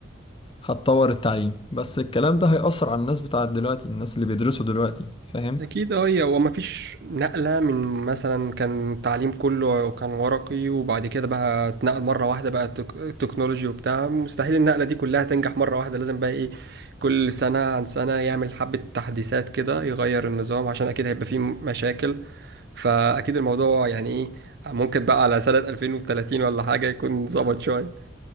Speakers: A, on the left; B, on the right.
A: هتطور التعليم بس الكلام ده هيأثر على الناس بتاعت دلوقتي الناس اللي بيدرسوا دلوقتي فاهم؟
B: أكيد أه هي وما فيش نقلة من مثلا كان تعليم كله كان ورقي وبعد كده بقى اتنقل مرة واحدة بقى تك- تكنولوجي وبتاع مستحيل النقلة دي كلها تنجح مرة واحدة لازم بقى إيه كل سنة عن سنة يعمل حبة تحديثات كده يغير النظام عشان أكيد هيبقى فيه مشاكل فأكيد الموضوع يعني إيه ممكن بقى على سنة 2030 ولا حاجة يكون ظبط شوية